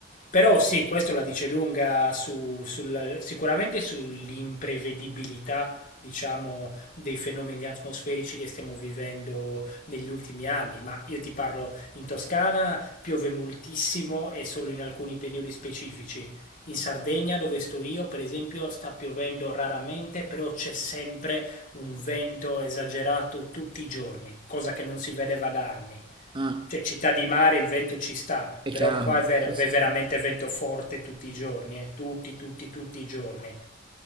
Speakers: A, on the left (about 45°); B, on the right (about 25°).
A: però sì, questo la dice lunga su- sulla- sicuramente sull'imprevedibilità, diciamo, dei fenomeni atmosferici che stiamo vivendo negli ultimi anni. Ma io ti parlo in Toscana, piove moltissimo e solo in alcuni periodi specifici. In Sardegna, dove sto io, per esempio, sta piovendo raramente, però c'è sempre un vento esagerato tutti i giorni, cosa che non si vedeva da anni.
B: Ah.
A: Cioè, città di mare il vento ci sta,
B: È
A: però
B: chiaro,
A: qua è, ver-
B: sì, sì,
A: è
B: sì.
A: veramente vento forte tutti i giorni, eh, Tutti, tutti, tutti i giorni.